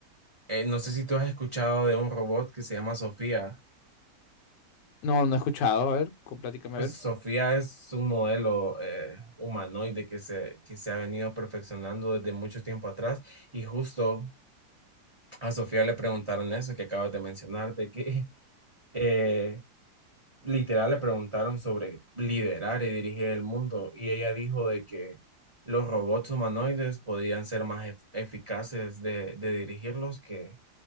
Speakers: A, on the right (about 25°); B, on the left (about 80°).
A: eh, no sé si tú has escuchado de un robot que se llama Sofía.
B: No, no he escuchado. A ver, co- platícame
A: Pues
B: a ver.
A: Sofía es un modelo eh, humanoide que se, que se ha venido perfeccionando desde mucho tiempo atrás y justo a Sofía le preguntaron eso que acabas de mencionar, de que <laughs> eh, literal le preguntaron sobre liderar y dirigir el mundo y ella dijo de que los robots humanoides podían ser más ef- eficaces de, de dirigirlos que,